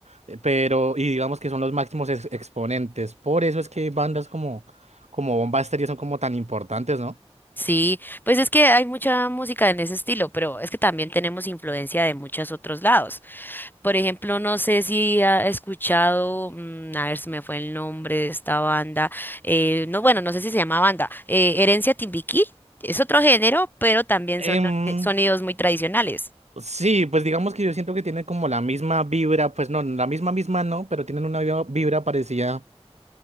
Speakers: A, on the right; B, on the left.
A: eh, pero y digamos que son los máximos ex- exponentes. Por eso es que bandas como como bomba estéreo son como tan importantes, ¿no?
B: Sí, pues es que hay mucha música en ese estilo, pero es que también tenemos influencia de muchos otros lados. Por ejemplo, no sé si ha escuchado, mm, a ver si me fue el nombre de esta banda, eh, no, bueno, no sé si se llama banda, eh, Herencia Timbiquí, es otro género, pero también
A: Em,
B: son eh, sonidos muy tradicionales.
A: sí, pues digamos que yo siento que tienen como la misma vibra, pues no, la misma misma no, pero tienen una vibra vibra parecida